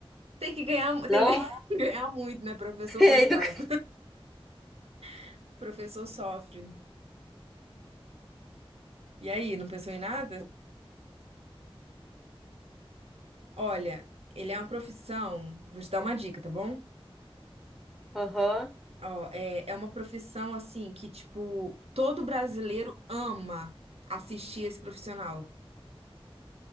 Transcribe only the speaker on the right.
Tem que ganhar, <laughs> mu-
tem que <laughs> ganhar muito, né, professor,
coitado.
<laughs> Professor sofre. E aí, não pensou em nada? Olha, ele é uma profissão, vou te dar uma dica, tá bom?
Ó, é, é uma profissão assim que, tipo, todo brasileiro ama assistir esse profissional